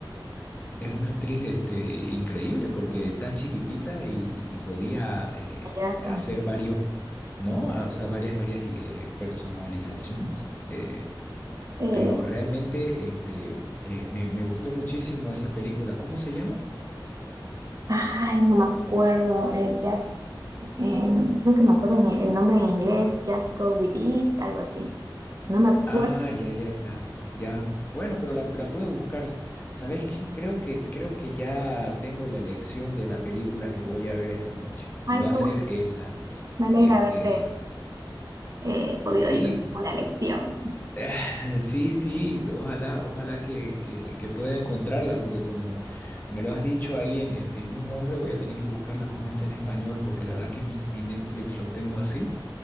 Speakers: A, on the left; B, on the right.
A: Es una actriz este, increíble porque tan chiquitita y, y podía eh,
B: payasa.
A: hacer varios, ¿no? Ah, O sea, varias, varias eh, personalizaciones. eh,
B: Eh,
A: pero realmente este, eh, me, me gustó muchísimo esa película. ¿Cómo se llama?
B: ay, no me acuerdo, eh, Jazz, eh, creo que me acuerdo en- el nombre en inglés, Just Go With It, algo así. No me acuerdo.
A: Ah, ya, ya, ya, ya. Bueno, pero la, la puedo buscar. ¿Sabes qué? Creo que, creo que ya tengo la elección de la película que voy a ver esta noche. Y
B: Ay,
A: va
B: qué
A: a ser
B: bueno.
A: esa.
B: Me alegra
A: Este,
B: haberte eh, podido
A: sí,
B: ayudarte con la lección.
A: <sighs> sí, sí. Ojalá, ojalá que, que, que pueda encontrarla, porque como me lo has dicho ahí en, en, en un nombre, voy a tener que buscarla como está en español, porque la verdad que mi, mi Netflix lo tengo así.